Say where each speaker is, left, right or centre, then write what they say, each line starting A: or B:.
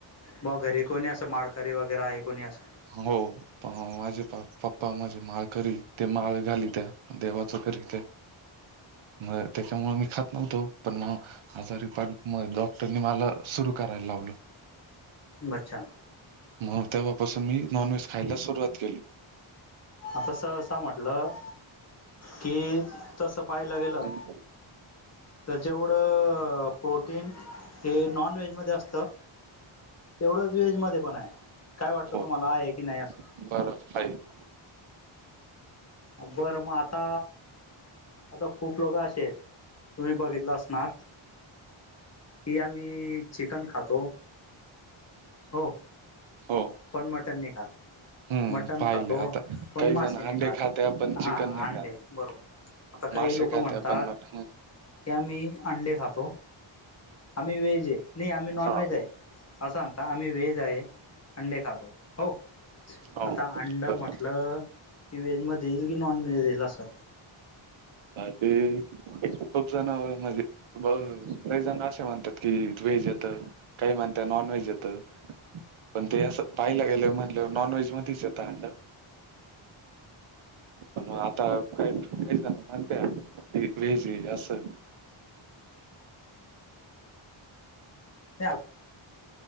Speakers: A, on the left; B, on the right.
A: भाव घरी कोणी असं माळकरी वगैरे आहे कोणी असं?
B: हो पण माझे पप्पा माझे माळकरी आहेत, ते माळ घालीत्या देवाचं करीते.
A: <inaudible>
B: मर त्याच्यामुळे मी खात नव्हतो, पण मग आजारीपा डॉक्टरनी मला सुरू करायला लावलं.
A: बच्छा
B: मग तेव्हापासून मी नॉनव्हेज खायला सुरुवात केली.
A: आता सहसा म्हटलं की तस पाहायला गेलं
B: हम्म,
A: तर जेवढं प्रोटीन हे नॉन व्हेजमध्ये असतं. तेवढंच व्हेज मध्ये पण आहे काय वाटतं
B: हो
A: तुम्हाला आहे की नाही असं
B: <unintelligible>
A: बरं मग आता आता खूप लोक असे आहेत. तुम्ही बघितलं असणार की आम्ही चिकन खातो हो.
B: हो.
A: पण मटण नाही खात.
B: हम्म
A: मटण
B: पाहिले
A: खातो
B: आता
A: पण
B: काही जण
A: मासे
B: अंडे
A: नाही खात
B: खाते पण
A: हा
B: चिकन नाही
A: अंडे
B: खात
A: बरोबर. आता काही
B: मासे
A: लोक
B: खाते
A: म्हणतात
B: आपण मट
A: की आम्ही अंडे खातो. आम्ही वेज आहे. नाही आम्ही नॉन
B: हा
A: व्हेज आहे. अस सांगता आम्ही व्हेज आहे. अंडे खातो. हो
B: हो
A: आता अंड
B: बर
A: म्हटलं की व्हेज मध्ये येईल की नॉन व्हेजध्ये येईल असं?
B: तर ते खूप जण म्हणजे लय जण असे म्हणतात की व्हेज येत काही म्हणता नॉनव्हेज येतं. पण ते असं पाहियला गेलं म्हणलं नॉन व्हेज मध्येच येतं अंड. मग आता काहीजण म्हणतात की व्हेज आहे असं.
A: <unintelligible>